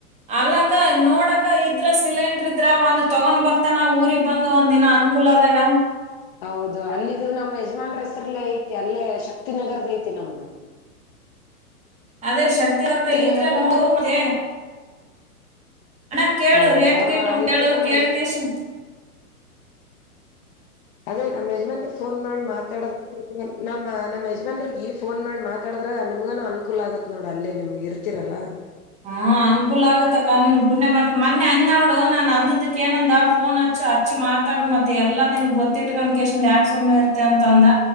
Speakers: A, on the right; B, on the left.
A: ಅಲ್ಲಕ್ಕ ನೋಡಕ್ಕ ಇದ್ರ ಸಿಲಿಂಡ್ರ ಇದ್ರ ಒಂದ್ ತಗೊಂಡ್ ಬರ್ತಾನಾವ ಊರಿಗೆ ಬಂದು ಒಂದ ದಿನ ಅನುಕೂಲ ಆದಾಗ
B: ಹೌದು ಅಲ್ಲಿದು ನಮ್ಮ ಯಜಮಾನ್ ರ ಹೆಸರ್ಲ್ಲ ಐತಿ ಅಲ್ಲೇ ಶಕ್ತಿನಗರದ ಐತಿ ನಮ್ದು
A: ಅದೇ ಶಕ್ತಿ ಹರ್ದ ಇದ್ರೆ
B: ನಗರ್
A: ನೋಡು
B: ನಿಮ್ಗ
A: ಮತೆ. ಅಣ್ಣ ಕೇಳು
B: ಹೌದಾ
A: ರೇಟ್ ಗಿಟ್ಟು
B: ಆಯ್ತು
A: ಕೇಳು
B: ನಮ್
A: ಕೇಳಕೆಸನ್.
B: ಯಜ ಅದೇ ನಮ್ ಯಜಮಾನ್ರು. ಫೋನ್ ಮಾಡಿ ಮಾತಾಡ ನಮ್ಮ ನಮ್ಮ ಯಜಮಾನ್ರಿಗೆ ಫೋನ್ ಮಾಡಿ ಮಾತಾಡಿದ್ರಾಗ ನಿಮ್ಗೂ ಅನುಕೂಲ ಆಗುತ್ತೆ. ನೋಡ್ ಅಲ್ಲೇ ನಿಮ್ಗೆ ಇರ್ತಿರಲ್ಲ.
A: ಹಾ ಅನ್ಕೂಲ ಆಗತ್ತಕ್ಕ ನೀನ್ ಪುಣ್ಯ ಬರ್ತಾ ಮೊನ್ನೆ ಅಂದಿನ ನೋಡು ನಾನ್ ಅಂದದಕ್ಕೆ ಏನಂದ ಫೋನ್ ಹಚ್ಚು. ಅಚ್ಚಿ ಮಾತಾಡು ಮತ್ತೆ ಎಲ್ಲಾ ನಿನ್ಗ್ ಗೊತ್ತಿಟ್ಕನ್ ಕೇಸಿನು ಯಾಕ ಸುಮ್ಮನೆ ಇರ್ತೆ ಅಂತ ಅಂದ.